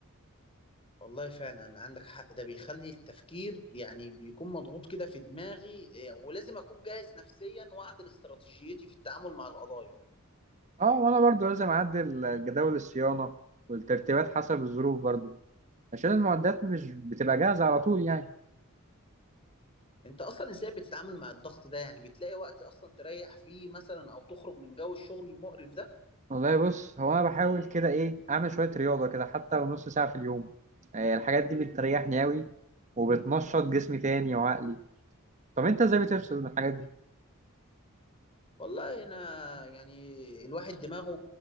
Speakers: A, on the left; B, on the right.
A: والله فعلا عندك حق ده بيخلي التفكير يعني بيكون مضغوط كده في دماغي إيه، ولازم أكون جاهز نفسيا وأعدل استراتيجيتي في التعامل مع القضايا
B: اه وأنا برضو لازم أعدل جداول الصيانة والترتيبات حسب الظروف برضو عشان المعدات مش بتبقى جاهزة على طول يعني
A: أنت أصلا إزاي بتتعامل مع الضغط ده يعني بتلاقي وقت أصلا تريح فيه مثلا أو تخرج من جو الشغل المقرف ده
B: والله بص هو أنا بحاول كده إيه أعمل شوية رياضة كده حتى لو نص ساعة في اليوم آه، الحاجات دي بتريحني أوي وبتنشط جسمي تاني وعقلي طب أنت إزاي بتفصل من الحاجات دي؟
A: والله أنا يعني الواحد دماغه